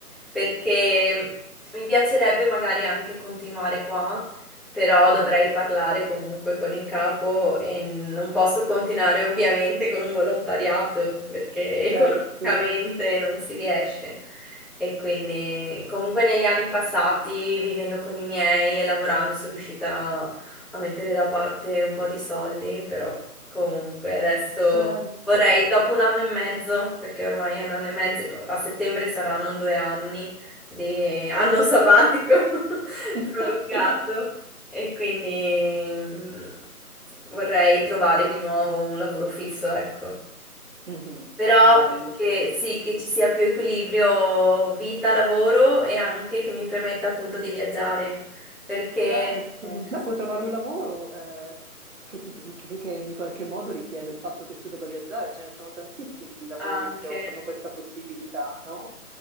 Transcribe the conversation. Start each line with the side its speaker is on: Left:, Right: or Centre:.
Centre: perché mi piacerebbe magari anche continuare qua, però
Right: Mhm.
Centre: dovrei parlare comunque con il capo e non posso continuare ovviamente con un volontariato perché economicamente
Right: Certo,
Centre: non si riesce. E quindi comunque negli anni passati, vivendo con i miei e lavorando, sono riuscita a mettere da parte un po' di soldi, però comunque adesso
Right: certo.
Centre: vorrei, dopo un anno e mezzo, perché ormai è un anno e mezzo, a settembre saranno due anni di anno sabbatico <laughs>
Right: <laughs>
Centre: prolungato e quindi mm, vorrei trovare di nuovo un lavoro fisso, ecco.
Right: Mhm.
Centre: Però
Right: Bello.
Centre: che sì, che ci sia più equilibrio vita-lavoro e anche che mi permetta appunto di viaggiare, perché
Right: Certo,
Centre: eh,
Right: beh, puoi trovare un lavoro eh, che, ti- che- che in qualche modo richiede il fatto che tu debba viaggiare, ce ne sono tantissimi di lavori
Centre: anche.
Right: che offrono questa possibilità, no?